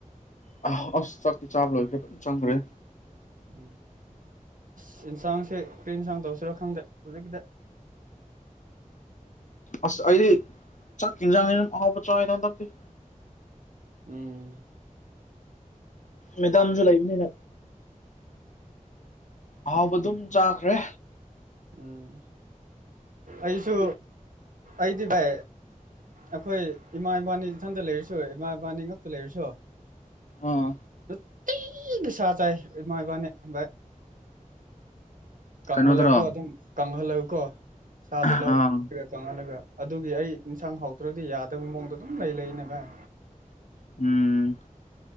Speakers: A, on the left; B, on the right.
A: ꯑ ꯑꯁ ꯆꯥꯛꯤ ꯆꯥꯕ ꯂꯣꯏꯈ꯭ꯔꯦ ꯆꯪꯈ꯭ꯔꯦ
B: ꯎꯝ ꯑꯁ ꯌꯦꯟꯁꯥꯡꯁꯦ ꯀꯔꯤ ꯏꯟꯁꯥꯡ ꯇꯧꯁꯤꯔꯣ ꯈꯪꯗꯦ ꯍꯧꯖꯤꯛꯀꯤꯗ
A: ꯑꯁ ꯑꯩꯗꯤ ꯆꯥꯛꯈꯤꯖꯥꯡꯅꯤ ꯑꯍꯥꯎꯕ ꯆ ꯇꯛꯇꯦ
B: ꯎꯝ
A: ꯃꯦꯗꯥꯝꯁꯨ ꯂꯩꯕꯅꯤꯅ ꯑꯍꯥꯎꯕ ꯑꯗꯨꯝ ꯆꯥꯈ꯭ꯔꯦ
B: ꯎꯝ ꯑꯩꯁꯨ ꯑꯩꯗꯤ ꯚꯥꯏ ꯑꯩꯈꯣꯏ ꯏꯃꯥ ꯏꯕꯥꯅꯤ ꯏꯊꯟꯇ ꯂꯩꯔꯁꯨ ꯏꯃꯥ ꯏꯕꯥꯅꯤ ꯉꯛꯇ ꯂꯩꯔꯁꯨ
A: ꯑꯥ
B: ꯅꯨꯪꯇꯤꯒꯤ ꯅꯤꯁꯥꯥ ꯆꯥꯏ ꯃꯣꯏꯕꯥꯅꯤ ꯑ ꯀꯪꯍꯜꯂꯨꯀꯣ
A: ꯀꯩꯅꯣꯗꯔꯣ
B: ꯑꯗꯨꯝ ꯀꯪꯍꯜꯂꯎꯀꯣ ꯁꯥꯗꯨ
A: ꯑꯥ
B: ꯂꯧ ꯆꯪꯍꯜꯂꯒ ꯑꯗꯨꯒꯤ ꯑꯩ ꯏꯟꯁꯥꯡ ꯍꯥꯎꯇ꯭ꯔꯗꯤ ꯌꯥꯗꯕ ꯃꯑꯣꯡꯗ ꯑꯗꯨꯝ ꯂꯩ ꯂꯩꯏꯅꯦ ꯚꯥꯏ
A: ꯎꯝ